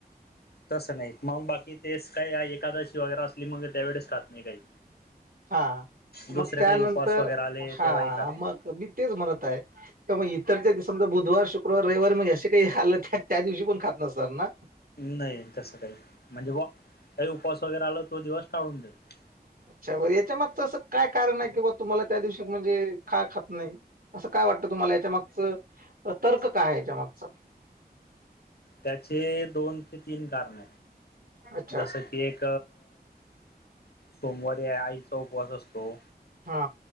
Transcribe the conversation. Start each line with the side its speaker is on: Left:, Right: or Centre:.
Left: तस नाही मग बाकी तेच काही एकादशी वगैरे अस मग त्यावेळेस खात नाही काही
Right: हा...
Left: दुसरे
Right: मग त्यानंतर
Left: काही उपवास वगैरे आले
Right: हा
Left: तेव्हाही खात
Right: मग
Left: नाही
Right: मी तेच म्हणत आहे मग इतरच्या दिसत.... समजा बुधवार शुक्रवार रविवार म असे काही आलं त्या त्या दिवशी पण खात नसणार ना...
Left: नाही तसं काही म्हणजे काही उपवास वगैरे आला तो दिवस टाळून देतो...
Right: अच्छार याच्या मागच असं काय कारण आहे की बा तुम्हाला त्या दिवशी म्हणजे ख खात नाही असं का काय वाटत तुम्हाला याच्या मागच तर्क काय आहे याच्या मागच
Left: त्याचे दोन ते तीन कारण
Right: अच्छा
Left: जस की एक सोमवारी आईचा उपवास असतो
Right: हा